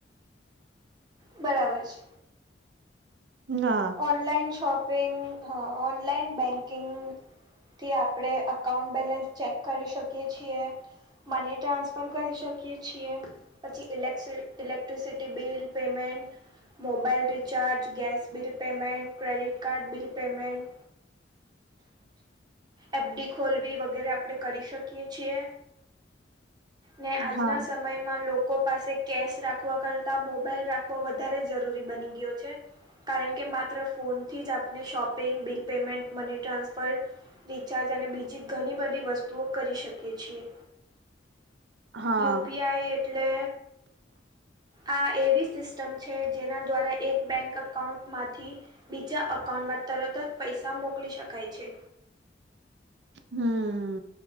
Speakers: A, on the right; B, on the right.
A: બરાબર છે.
B: ના.
A: ઓનલાઈન શોપિંગ હા ઓનલાઈન બેન્કિંગ થી આપડે અકાઉંન્ટ બેલેન્સ ચેક કરી શકીએ છીએ. મની ટ્રાન્સફર કરી શકીએ છીએ. પછી ઇલેક electricity bill payment mobile recharge gas bill payment credit card bill payment app ડી ખોલવી વગેરે આપડે કરી શકીએ છીએ. ને આજના
B: હા
A: સમયમાં લોકો પાસે કેશ રાખવા કરતા મોબાઈલ રાખવો વધારે જરૂરી બની ગયો છે. કારણ કે માત્ર ફોનથી જ આપને shopping bill payment money transfer recharge અને બીજી ઘણી બધી વસ્તુઓ કરી શકીએ છીએ.
B: હા
A: યુ પી આઈ એટલે આ એવી સિસ્ટમ છે જેના દ્વારા એક બેંક અકાઉન્ટમાંથી બીજા અકાઉન્ટમાં તરત જ પૈસા મોકલી શકાય છે.
B: હમ્મ,